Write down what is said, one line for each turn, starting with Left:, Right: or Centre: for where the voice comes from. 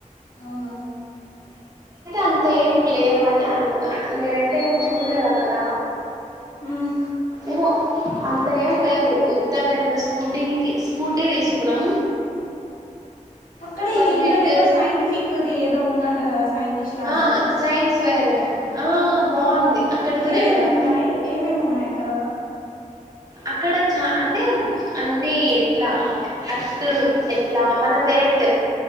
Left: అవునా
Right: అంతే లేవని అనుకున్నాను నేనైతే ఏం చూడలేదు అక్కడ
Left: ఉమ్
Right: ఏమో అని ఏం లేదు ఉత్త స్కూటీకి స్కూటీ తీసుకున్నాం
Left: అక్కడ
Right: పర్
Left: ఇది ఇంకా
Right: హెడ్
Left: ఏదో సైంటిఫిక్ ఇది ఏదో ఉందంట కదా సైంటిస్ట్ ల్యాబు
Right: ఆ, సైన్స్ వేర్ బాగుంది అక్కడికిని
Left: ఏమేమి
Right: వెళ్ళాము
Left: ఉన్నాయి ఏమేమి ఉన్నాయి అక్కడ
Right: అక్కడ చ అంటే అంతే ఎట్లా అర్త్ ఎట్లా మన వేట్